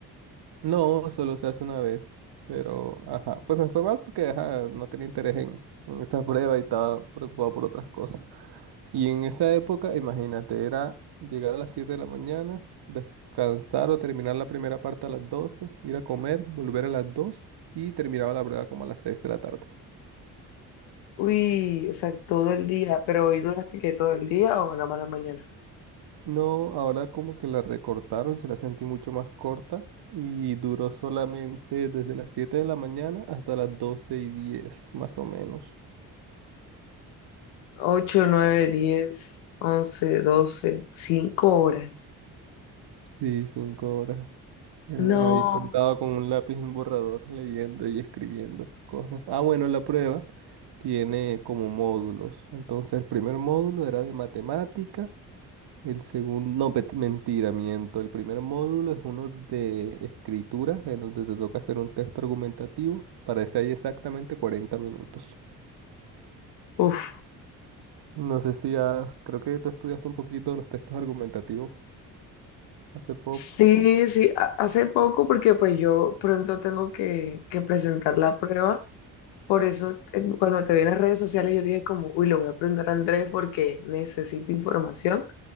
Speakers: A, on the right; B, on the left.
A: No, solo se hace una vez. Pero, ajá, pues me fue mal porque, ajá, no tenía interés en, en esa prueba y estaba preocupado por otras cosas. Y en esa época, imagínate, era llegar a las 7 de la mañana, descansar o terminar la primera parte a las 12, ir a comer, volver a las 2 y terminaba la prueba como a las seis de la tarde.
B: Uy, o sea, todo el día, pero hoy duraste que todo el día o nada más la mañana.
A: No, ahora como que la recortaron, se la sentí mucho más corta y duró solamente desde las 7 de la mañana hasta las 12 y 10, más o menos.
B: ocho nueve diez once doce 5 horas.
A: Sí, 5 horas. Él
B: No.
A: Ahí sentado con un lápiz y un borrador, leyendo y escribiendo cosas. Ah, bueno, la prueba tiene como módulos. Entonces, el primer módulo era de matemática, el segundo, no, pet- mentira, miento. El primer módulo es uno de escritura, en donde te toca hacer un texto argumentativo. Para ese hay exactamente 40 minutos.
B: Uf.
A: No sé si ya, creo que tú estudiaste un poquito los textos argumentativos hace poco.
B: Sí, sí, ha- hace poco porque pues yo pronto tengo que, que presentar la prueba. Por eso eh, cuando te vi en las redes sociales yo dije como, uy, le voy a preguntar a Andrés porque necesito información.